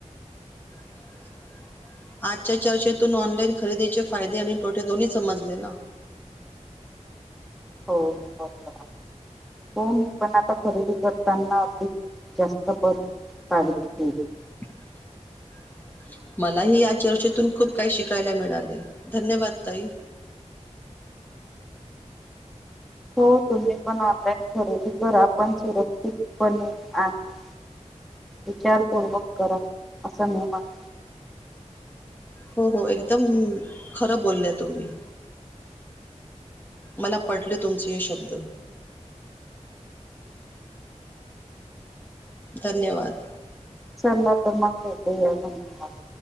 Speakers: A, on the left; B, in the centre.
A: <inaudible> आजच्या चर्चेतून ऑनलाइन खरेदीचे फायदे आणि तोटे दोन्ही समजले ना.
B: हो बरोबर आहे, हो, मी पण आता खरेदी कर त्यांना अधिक जास्त पद काळजी घेईन.
A: <inaudible> मलाही या चर्चेतून खूप काही शिकायला मिळालं, धन्यवाद ताई.
B: हो तुम्ही पण ऑनलाईन खरेदी करा, पण सुरक्षित पणे आणि विचारपूर्वक करा, असं मी म्हणते.
A: हो -हो एकदम, खरं बोलल्या तुम्ही. मला पटले तुमचे हे शब्द. धन्यवाद.
B: चला तर मग भेटुया धन्यवाद.